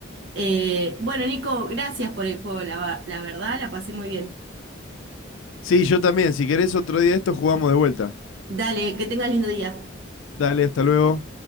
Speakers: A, on the right (about 65°); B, on the left (about 80°).
A: Eh, bueno, Nico, gracias por el juego, la, va- la verdad, la pasé muy bien.
B: Sí, yo también. Si querés otro día de esto, jugamos de vuelta.
A: Dale, que tengas lindo día.
B: Dale, hasta luego.